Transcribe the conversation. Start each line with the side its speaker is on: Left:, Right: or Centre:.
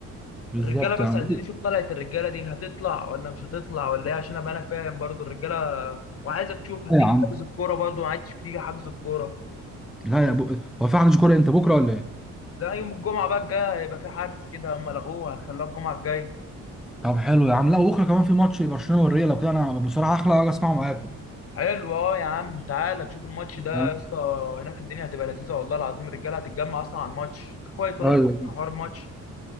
Centre: بالظبط
Left: الرجالة بس
Centre: يا عم
Left: عايزين نشوف طلعت الرجالة دي هتطلع ولا مش هتطلع ولا ايه عشان ابقى انا فاهم برضو الرجالة وعايزك تشوف هتيجي
Centre: إيه يا عم
Left: حجز الكورة برضو ما عادش بتيجي حجز الكورة
Centre: لا يا بو... هو في عندك كوره امتى بكره ولا ايه؟
Left: لا يوم الجمعة بقى الجاية هيبقى في حجز كده هم لغوه هتخلوها الجمعة الجاية
Centre: طب حلو يا عم لا بكره كمان في ماتش برشلونه والريال لو كده انا بصراحه احلى اجي اسمعه معاكم
Left: حلو اه يا عم تعالى تشوف الماتش ده
Centre: فاهم؟
Left: يا اسطى هناك الدنيا هتبقى لذيذه والله العظيم الرجاله هتتجمع اصلا على الماتش ده كويس والله
Centre: ايوه
Left: في حوار الماتش